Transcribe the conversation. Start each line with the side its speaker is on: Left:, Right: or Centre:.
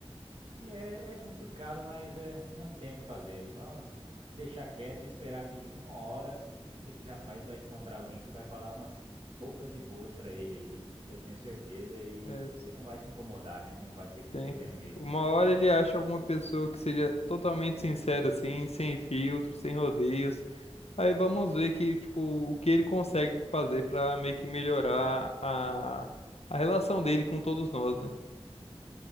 Right: e é, é complicado, mas é, não tem o que fazer. Vamos deixar quieto e esperar que uma hora esse rapaz vai encontrar alguém que vai falar umas poucas e boas pra ele aí, eu tenho certeza, e
Left: É,
Right: você não vai se incomodar, né? Não vai ter que se
Left: tem,
Right: meter no meio.
Left: uma hora ele acha alguma pessoa que seja totalmente sincera, assim, sem filtro, sem rodeios, Aí vamos ver que, tipo, o que ele consegue fazer pra meio que melhorar a, a relação dele com todos nós, né?